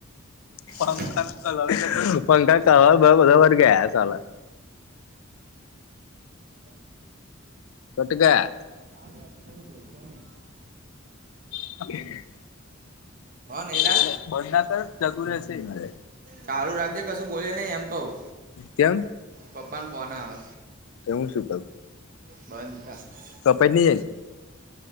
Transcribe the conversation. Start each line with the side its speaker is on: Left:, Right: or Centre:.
Left: પંખા
Right: અલ્યા
Left: ક
Right: પપ્પાનો
Left: પંખા
Right: ફોન
Left: ક
Right: આવ્યો
Left: બ બધા વર ગયા સલા
Right: ચાલુ
Left: ઘટકા
Right: ચાર બાબથી કશું બોલતો નહી
Left: <unintelligible>
Right: નૈલા
Left: એટલે બં ના તો જતુ રહેશે મરે.
Right: ચાલુ રાખજે કશું બોલે નહીિ એમ કવું
Left: કેમ
Right: પપ્પાને ફોન આવે.
Left: એું શીપલ.
Right: બંધ થ.
Left: તો પ ન એન.